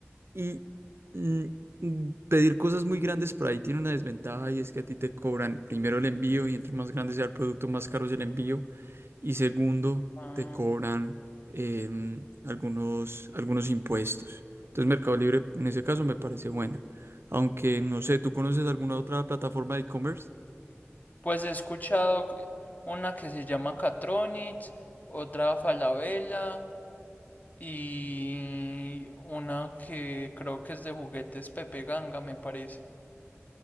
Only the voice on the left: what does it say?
Ah,
pues he escuchado que- una que se llama Catronics, otra Falabella y una que creo que es de juguetes Pepe Ganga, me parece.